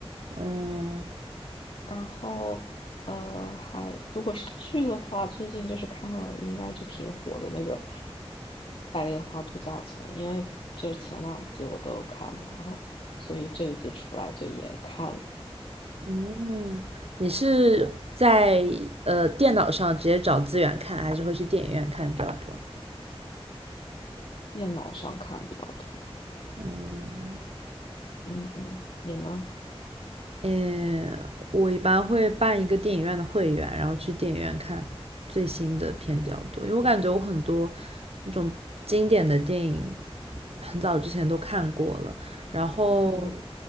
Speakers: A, on the right; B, on the left.
A: 嗯
B: 然后，呃，还如果是剧的话，最近就是看了，应该就挺火的那个《白莲花度假村》，因为就是前两集我都有看嘛，然后所以这一季出来就也看了
A: 嗯，你是在呃电脑上直接找资源看，还是会去电影院看比较多？
B: 电脑上看比较多。
A: 嗯
B: 嗯嗯，你呢？
A: 呃，我一般会办一个电影院的会员，然后去电影院看最新的片比较多，因为我感觉我很多那种经典的电影很早之前都看过了，然后
B: 嗯嗯，